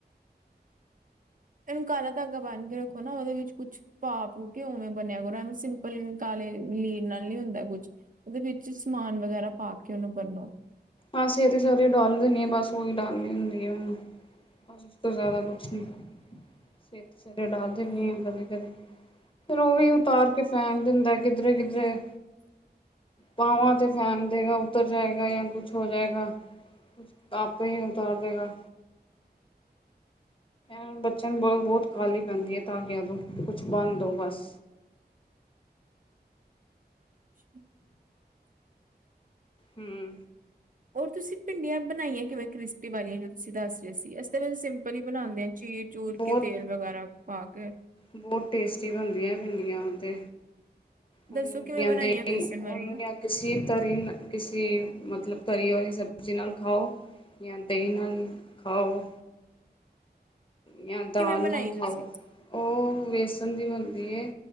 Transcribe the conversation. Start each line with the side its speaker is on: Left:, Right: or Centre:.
Right: ਇਹਨੂੰ ਕਾਲਾ ਧਾਗਾ ਬੰਨ ਕੇ ਰੱਖੋ ਨਾ, ਉਹਦੇ ਵਿੱਚ ਕੁਛ ਪਾ-ਪੁ ਕੇ ਉਵੇਂ ਬਣਿਆ ਕਰੋ, ਇਹਨੂੰ ਸਿੰਪਲ ਕਾਲੇ ਲੀੜ ਨਾਲ ਨਹੀਂ ਹੁੰਦਾ ਕੁਛ ਉਹਦੇ ਵਿੱਚ ਸਮਾਨ ਵਗੈਰਾ ਪਾ ਕੇ ਉਹਨੂੰ ਬੰਨੋ।
Left: ਆ ਸੇਹਤੇ ਸਾਰੇ ਡਾਲਦੇਦੇ ਆ ਬਸ ਉਹੀ ਡਾਲਣੀ ਹੁੰਦੀ ਆ ਮੈਨੂੰ, ਬਸ ਉਸ ਤੋਂ ਜ਼ਿਆਦਾ ਕੁਛ ਨੀ। ਸਵੇਰੇ ਡਾਲ ਦਿੰਦੀ
Right: ਹਮ
Left: ਹਾਂ ਕਦੇ-ਕਦੇ। ਫਿਰ ਉਹ ਵੀ ਉਤਾਰ ਕੇ ਫੈਕ ਦਿੰਦਾ ਕਿਧਰੇ ਕਿੱਧਰੇ ਬਾਵਾਂ ਤੇ ਫੈਕ ਦੇਗਾ ਉਤਰ ਜਾਏਗਾ ਜਾਂ ਕੁਛ ਹੋ ਜਾਏਗਾ ਕੁਛ ਆਪੇ ਹੀ ਉਤਾਰ ਦੇਗਾ ਕ ਬੱਚਨ ਬਹੁਤ ਬਹੁਤ <unintelligible> ਕਾਹਾਲੀ ਪੈਂਦੀ ਹੈ ਤਾਂ ਧਾਗਿਆਂ ਤੋਂਕੁਛ ਬੰਣ ਦਉ ਬਸ
Right: ਹ
Left: ਹਮ
Right: ਹੋਰ ਤੁਸੀਂ ਭਿੰਡੀਆਂ ਬਣਾਈਆਂ ਕਿਵੇਂ ਕ੍ਰਿਸਪੀ ਵਾਲੀਆਂ ਜੋ ਤੁਸੀਂ ਦੱਸ ਰਹੇ ਸੀ ਤੇ ਸਿੰਪਲ ਹੀ ਬਣਾਉਂਦੇ ਆ ਚੀਰ ਚੂਰ
Left: ਬਹੁਤ
Right: ਕੇ ਤੇਲ ਵਗੈਰਾ ਪਾ ਕੇ
Left: ਬਹੁਤ ਟੇਸਟੀ ਬਣਦੀਆਂ ਭਿੰਡੀਆਂ ਤੇ ਉਹਨੂੰ
Right: ਦੱਸੋ ਕਿਵੇਂ
Left: ਜਾਂਦੇ
Right: ਬਣਾਈਆਂ ਬੇਸਣ
Left: ਉਹਨੂੰ
Right: ਵਾਲੀਆਂ
Left: ਜਾਂ ਕਿਸੇ ਤਰ੍ਹਾਂ ਕਿਸੇ ਮਤਲਬ ਤਰੀ ਵਾਲੀ ਸਬਜ਼ੀ ਨਾਲ ਖਾਓ ਜਾਂ ਦਹੀਂ ਨਾਲ ਖਾਓ ਜਾਂ ਦਾਲ
Right: ਕਿਵੇਂ ਬਣਾਈ
Left: ਨਾਲ ਖਾਓ
Right: ਤੁਸੀਂ
Left: ਉਹ ਵੇਸਣ ਦੀ ਬ